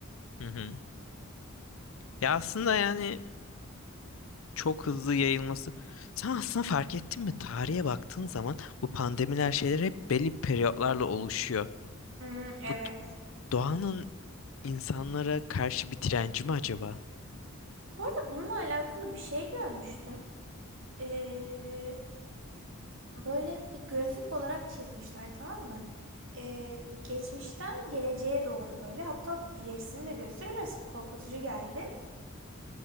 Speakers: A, on the left; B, on the right.
A: Hı hı. Ya aslında yani çok hızlı yayılması. Sen aslında fark ettin mi? Tarihe baktığın zaman bu pandemiler şeyler hep belli periyotlarla oluşuyor.
B: Hmm, evet.
A: Bu Doğanın insanlara karşı bir direnci mi acaba?
B: Bu arada bununla alakalı bir şey görmüştüm. Ee, Böyle bir grafik olarak çizmişler tamam mı? Ee, geçmişten geleceğe doğru böyle hatta ilerisini de gösteriyor biraz korkutucu geldi.